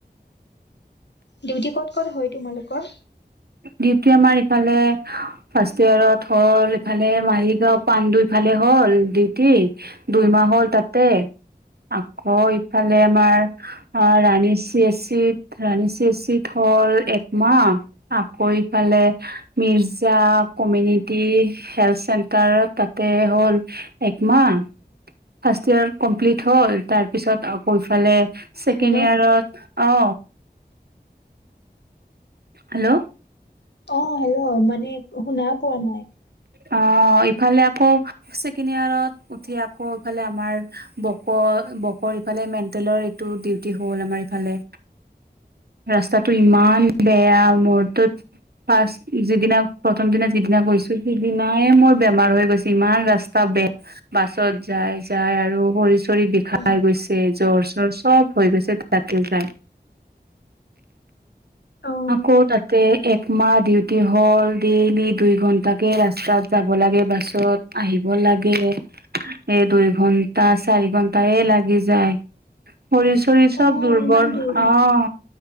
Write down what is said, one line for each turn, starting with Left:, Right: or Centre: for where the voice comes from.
Left: ডিউটি ক'ত ক'ত হয় তোমালোকৰ।
Right: ডেউতি আমাৰ ইফালে ফাৰ্ষ্ট ইয়ত হ'ল ইফালে মাৰিগাঁও পাণ্ডু ইফালে। হ'ল ডিটি দুইমাহ হ'ল তাতে। আকৌ ইফালে আমাৰ অহ' ৰাণী চি এচিত- ৰাণী চ এচিত হও। হল একমাহ। আকৌ ইফালে মিৰ্জা কমিউনিটি হাল্ড চেণ্টাৰ তাতে। এ'হ'ল একমাহ। ফাৰ্ষ্ট ইয়াৰ কমপ্লিট হ'ল তাৰপিছত আকৌ ইফালে। ছেকেণ্ড
Left: হেল্ল'।
Right: ইয়াৰত অ। হেল্ল'।
Left: অহ, হেল্ল', মানে শুনা পোৱা নাই।।
Right: অহ। এইফালে আকৌ ছেকেণ্ডৱেৰত এতিয়া আকৌ এইফালে আমাৰ বতৰ বতৰ। সি ফালে মেণ্টেলৰ এইটো ডিউটি হ'ল আমাৰ ইফালে। ৰাস্তাটো ইমান বেয়া মোৰটো। ফাষ্ট যিদিনা প্ৰথম দিনা যিদিনা গৈছো সিদিনাই মোৰ বেমাৰ হৈ গৈছে ইমান ৰাস্তা। বেষ্ট বাছত যায় যায় আৰু। ভৰি বিষাই
Left: অ',
Right: গৈছে জ্বৰ চৰ চব হৈ গৈছে ৰাতি যাই।
Left: অ',
Right: আকৌ তাতে এক। তোমাৰ ডিউটি হ'ল ডেইলি দুই ঘন্টাকে ৰাস্তাত যাব লাগে বাছত আহিব লাগে। লাগে এই দুই ঘন্টা, চাৰি ঘন্টা এ' লাগি যায়। শৰীৰ চৰিৰ চব
Left: অ',
Right: দুৰ্বল
Left: ইমান দূৰ
Right: অহ।
Left: নেকি?